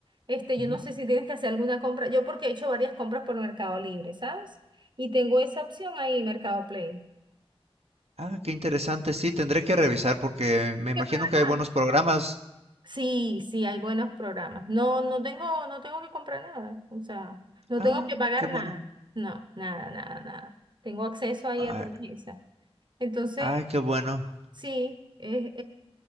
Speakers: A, on the right (about 50°); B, on the right (about 80°).
A: Este, yo
B: Ujú.
A: no sé si tienes que hacer alguna compra. Yo porque he hecho varias compras por Mercado Libre, ¿sabes? Y tengo esa opción ahí, Mercado Play. No
B: Ah, qué interesante. Sí, tendré que revisar porque me
A: hay
B: imagino
A: que pagar
B: que
A: nada.
B: hay buenos programas.
A: Sí, sí, hay buenos programas. No, no tengo, no tengo que comprar nada. O sea, no
B: Ah,
A: tengo que pagar
B: qué bueno.
A: nada. No, nada, nada, nada. Tengo acceso ahí
B: Ay,
A: a todas esas. Entonces,
B: ay, qué bueno.
A: sí, es,